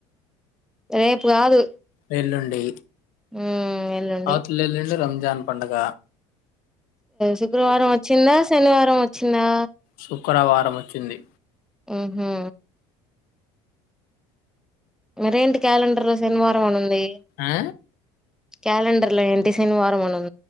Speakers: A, in the centre; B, on the left.
A: రేపు కాదు
B: వెెల్లుండే
A: ఉమ్ ఎల్లుండి
B: ఆవత లే లేడి రమ్జ జాన్ పండుగ
A: శుక్రవారం వచ్చిందా శనివారం వచ్చిందా
B: శుక్రవారం వచ్చింది
A: ఆహా మరేంటి క్యాలెండర్ లో శనివారం అని ఉంది
B: ఆ
A: క్యాలెండర్ లో ఎంటి శని వారమనంది